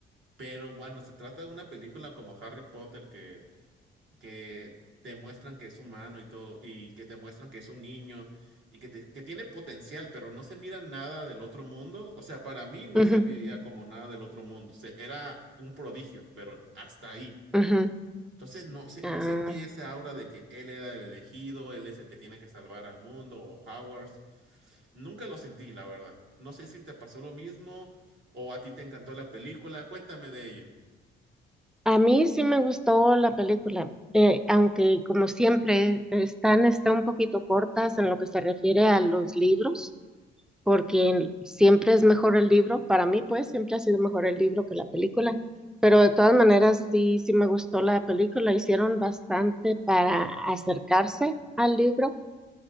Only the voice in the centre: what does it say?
ujú,
ujú,
ah.
A mí sí me gustó la película, eh, aunque como siempre están, está un poquito cortas en lo que se refiere a los libros. porque siempre es mejor el libro, para mí pues siempre ha sido mejor el libro que la película, pero de todas maneras sí, sí me gustó la película, hicieron bastante para acercarse al libro